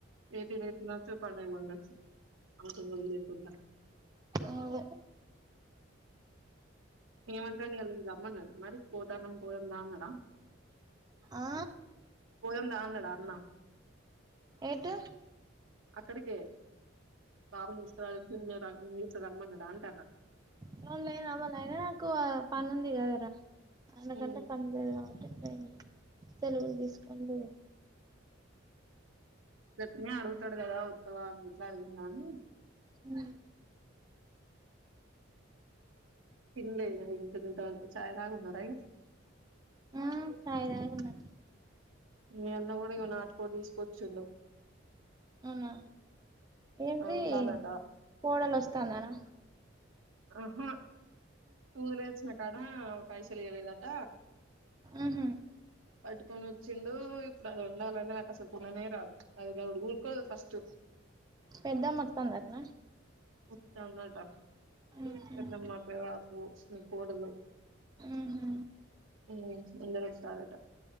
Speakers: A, on the right; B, on the right.
A: ఎయిటిన్యి తినచ్చు పండక పండొచ్చు అ లేకుండా
B: అదే
A: ఏమంటానే అ గమ్మన్నా అరి పోతానం పోయముందాన్నడా
B: ఆ
A: పోయముందాన్న టారణ
B: ఏటు
A: అక్కడికే బాబుని ఇసురా నచ రమ్మన్నాడు అంటాను
B: ఎవరు లేరు అవల కు పని ఉంది కదరా. అయనకంటే
A: ఉమ్
B: పని లేదు కాబట్ పొయింది. సెలవుల్ డిస్కౌంట్
A: గట్నే అడుగుతాడు కదా ఉత్తవా అన్నిట్లా అడిగిండా అని
B: ఉ
A: తిన్లే <unintelligible> ఛాయ్ తా ఉన్న పెండ్స్
B: ఆ చాయ్ తాగి ఉన్న
A: మీ అన్న కూడా ఇగ నాటుకో తీసుకొచ్చిండు.
B: అవునా ఏంది
A: అది వండాలట
B: కోడలు వస్తాందనా.
A: ఆహ పూలేచిన కాడ పైసలు ఇలేదట
B: ఉహు
A: పట్టుకొని వచ్చిండు. ఇప్పుడు అది వండాలన నాకు అసలు కొననే రాదు. అది గ ఊరుకోద్ ఫస్ట్
B: పెద్దమ్మ వత్తాందటనా
A: ఉత్తన్నట
B: ఉహు
A: పెదమతు అ పో నీ కోదల్లు
B: ఉహు
A: ఉ ఉందరె తారట